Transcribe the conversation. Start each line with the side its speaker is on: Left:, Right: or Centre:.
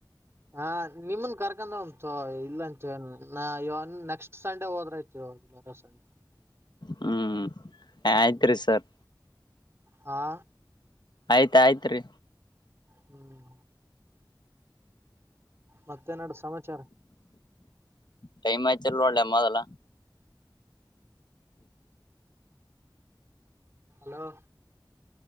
Right: ಹಾ ನಿಮನ್ ಕರ್ಕೊಂಡ ಅಂತ ಇಲ್ಲ ಅಂತ ಏನ್ ಇವ ನೆಕ್ಸ್ಟ್ ಸಂಡೆ ಹೋದ್ರತಿವ <unintelligible>
Left: ಹ್ಮ್ ಆಯ್ತ್ರಿ
Right: ಹ್ಮ್
Left: ಸರ್
Right: ಹಾ
Left: ಆಯ್ತ ಆಯ್ತ್ ರೀ
Right: ಹ್ಮ್ ಮತ್ತೆ ಎನ್ ನಡದ ಸಮಾಚಾರ
Left: ಟೈಮ್ ಆತ್ತಿಲ್ಲ ನೋಡ್ಲೆ ಮೊದಲ್ಲ
Right: ಹಲೋ